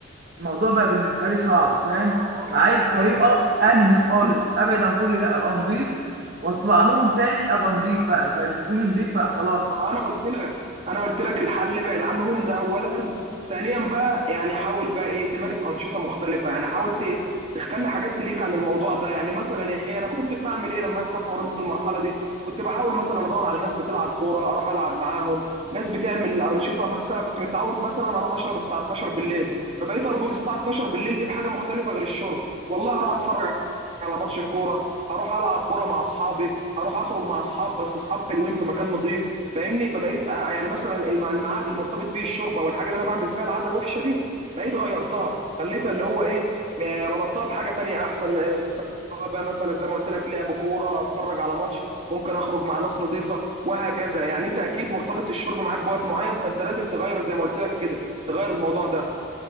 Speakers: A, on the right; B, on the right.
A: الموضوع بقى بالنسبه لي صعب فاهم
B: ما انا بقول
A: فعايز
B: لك بقى
A: طريقه
B: انت زي ما
A: انهي خالص
B: قلت-
A: ابعد عن كل ده ابقى نضيف واطلع لهم تاني ابقى نضيف بقى فيشوفوني نضيف فخلاص
B: ما انا قلت لك انا قلت لك الحل ابعد عنهم ده اولا ثانيا بقى يعني حاول بقى ايه تمارس انشطه مختلفه يعني حاول ت- تخلي حاجات تليك عن الموضوع ده يعني مثلا ايه انا كنت بعمل ايه لما انا مريت بالمرحله دي كنت بحاول مثلا ادور على ناس بتلعب كوره اروح العب معاهم ناس بتعمل انشطه مثلا كنت متعود مثلا اروح اشرب الساعه 12 بالليل فبقيت اربط الساعه 12 بالليل دي بحاجه مختلفه غير الشرب والله اروح اتفرج على ماتش كوره هروح العب كوره مع اصحابي هروح اخرج مع اصحاب بس اصحاب حلوين في مكان نظيف فاهمني فبقيت آه، يعني مثلا المع- الميعاد المرتبط بيه الشرب او الحاجه اللي انا بعمل فيها العاده الوحشه دي بقيت غيرتها خليتها اللي هو ايه آه، ربطتها بحاجه تانية احسن آه، سواء بقى مثلا زي ما قلت لك لعب كوره اتفرج على ماتش ممكن اخرج مع ناس نظيفه وهكذا يعني انت اكيد مرتبط الشرب معاك بوقت معين فانت لازم تغير زي ما قلت لك كده تغير الموضوع ده